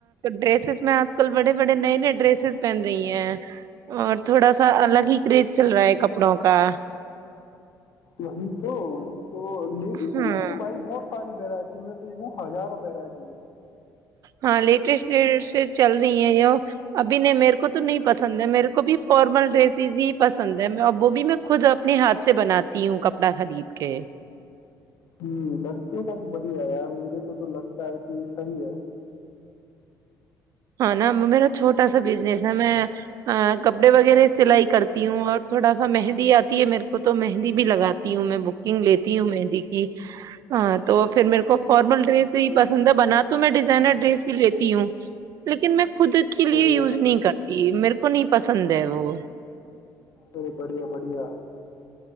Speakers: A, on the right (about 60°); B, on the left (about 55°).
A: ڈریسس اس آج کل بڑے بڑے نئے نئے ڈریسز پہن رہی ہیں اور تھوڑا سا الگ ہی کریز چل رہا ہے کپڑا <unintelligible>
B: وہی تو تو لیڈیزوں
A: ہاں
B: میں تو بھائی بہت ساری ویرائٹی میں تو دوں ہزاروں ویرائٹی ہے
A: ہاں لیٹ ڈ سے چل رہی ہیں ابھی نہیں میرے کو تو نہیں پسند ہے میرے کو بھی فارمل ڈریسیز ہی پسند ہے وہ بھی میں خود اپنے ہاتھ سے بناتی ہوں کپڑا خرید کے
B: ہم، لڑکیوں کا تو بڑھیا ہے یار میرے کو تو لگتا ہے کہ یہ صحیح ہے
A: ہاں ن میرا چھوٹا سا بزنس ہے میں کپڑے وغیرہ سلائی کرتی ہوں اور تھوڑا سا مہندی آتی ہے میرے کو تو مہندی بھی لگاتی ہوں میں بکنگ لیتی ہوں مہندی کی ہاں تو پھر میرے کو فارمل ڈریس ہی پسند ہے بنا تو میں ڈیزائنر ڈریس بھی لیتی ہوں لیکن میں خود کے لیے
B: ارے
A: یوز نہیں کرتی میرے کو نہیں پسند ہے وہ
B: ارے بڑھیا بڑھیا